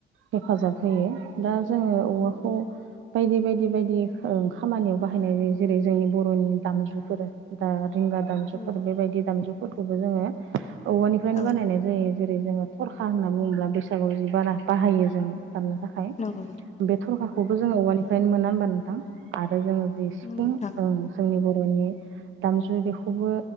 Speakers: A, on the right; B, on the left.
A: हेफाजाब होयो दा जोङो
B: औ
A: औवाखौ बायदि बायदि बायदि ओं खामानियाव बाहायनाय जायो जेरै जोंनि बर'नि दामजुफोर दा रिंगा दामजुफोर
B: नंगौ
A: बेबायदि दामजुफोरखौबो जोङो औवानिफ्रायनो
B: औ
A: बानायनाय जायो। जेरै जोङो थरखा होनना बुङोब्ला बैसागुआव जि बाना बाहायो जोङो। दामनो थाखाय
B: नंगौ नोंथां
A: बे थरखाखौबो जोङो औवानिफ्रायनो
B: नंगौ
A: मोना होमबा नोंथां? आरो जोङो जि सिफुं
B: नंगौ नोंथां
A: ओं जोंनि बर'नि दामजु बेखौबो